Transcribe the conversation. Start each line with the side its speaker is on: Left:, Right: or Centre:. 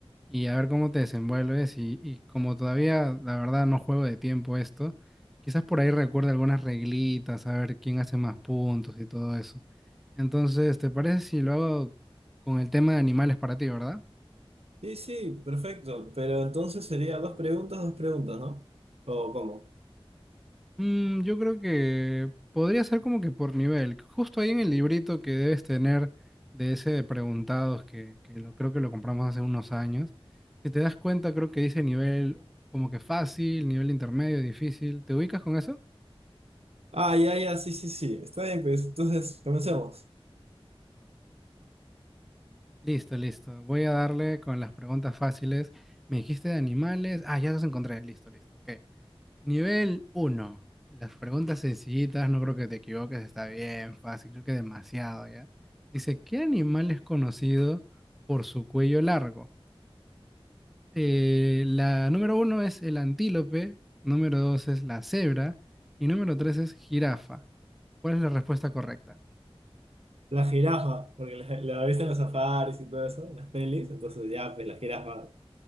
Centre: y a ver cómo te desenvuelves. Y, y como todavía, la verdad, no juego de tiempo esto, quizás por ahí recuerde algunas reglitas, a ver quién hace más puntos y todo eso. Entonces, ¿te parece si lo hago con el tema de animales para ti, verdad?
Right: Sí, sí, perfecto, pero entonces sería dos preguntas, dos preguntas, ¿no? ¿O cómo?
Centre: Mm, yo creo que podría ser como que por nivel. Justo ahí en el librito que debes tener de ese de preguntados que, que lo, creo que lo compramos hace unos años. Si te das cuenta, creo que dice nivel como que fácil, nivel intermedio, difícil. ¿Te ubicas con eso?
Right: Ah, ya, ya, sí, sí, sí, está bien, pues entonces comencemos.
Centre: Listo, listo. Voy a darle con las preguntas fáciles. Me dijiste de animales. Ah, ya los encontré. Listo, listo. Ok. Nivel uno Las preguntas sencillitas, no creo que te equivoques, está bien, fácil, creo que demasiado ya. Dice, ¿qué animal es conocido por su cuello largo? Eh, la número uno es el antílope, número 2 es la cebra y número 3 es jirafa. ¿Cuál es la respuesta correcta?
Right: La jirafa, porque la, la viste en los safaris y todo eso, en las pelis, entonces ya, pues la jirafa,